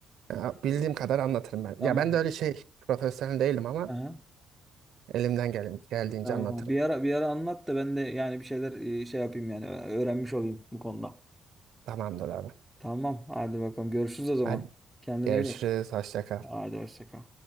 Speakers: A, on the right (about 75°); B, in the centre.
A: Ya, bildiğim kadar anlatırım ben.
B: Tamam.
A: Ya ben de öyle şey profesyonel değilim ama
B: Aha.
A: elimden gelin, geldiğince
B: Tamam.
A: anlatırım.
B: Bir ara bir ara anlat da ben de yani bir şeyler e, şey yapayım yani ö- öğrenmiş olayım bu konuda.
A: Tamamdır abi.
B: Tamam. Hadi bakalım. Görüşürüz o zaman.
A: Hadi
B: Kendine
A: görüşürüz.
B: iyi bak.
A: Hoşça kal.
B: Hadi hoşça kal.